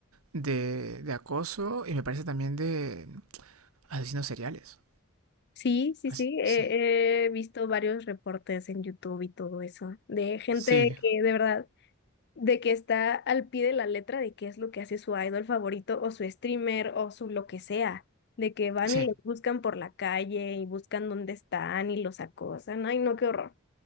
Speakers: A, on the right (about 80°); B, on the left (about 50°).
A: de, de acoso y me parece también de asesinos seriales.
B: Sí, sí,
A: As-
B: sí. He,
A: sí,
B: he visto varios reportes en YouTube y todo eso, de gente
A: sí,
B: que de verdad de que está al pie de la letra de qué es lo que hace su idol favorito o su streamer o su lo que sea, de que van
A: sí.
B: y los buscan por la calle y buscan dónde están y los acosan. Ay, no, qué horror.